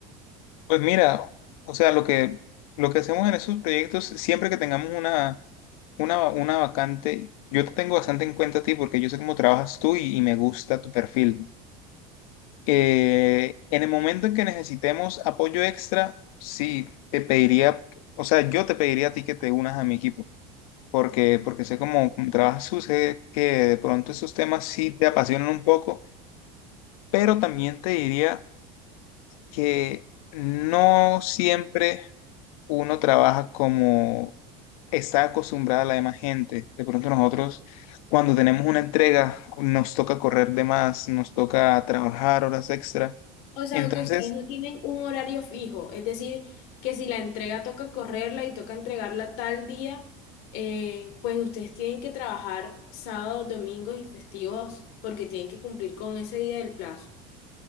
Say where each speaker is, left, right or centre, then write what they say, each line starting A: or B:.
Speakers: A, on the left (about 80°); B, on the left (about 60°).
A: Pues mira, o sea, lo que, lo que hacemos en esos proyectos, siempre que tengamos una una, una vacante, yo te tengo bastante en cuenta a ti porque yo sé cómo trabajas tú y, y me gusta tu perfil. Eh, en el momento en que necesitemos apoyo extra, sí, te pediría, o sea, yo te pediría a ti que te unas a mi equipo, porque, porque sé cómo, cómo trabajas tú, sé que de pronto esos temas sí te apasionan un poco, pero también te diría que no siempre uno trabaja como está acostumbrada la demás gente. De pronto nosotros, cuando tenemos una entrega, nos toca correr de más, nos toca trabajar horas extra.
B: O sea,
A: Entonces,
B: que ustedes no tienen un horario fijo, es decir, que si la entrega toca correrla y toca entregarla tal día, eh, pues ustedes tienen que trabajar sábados, domingos y festivos porque tienen que cumplir con ese día del plazo.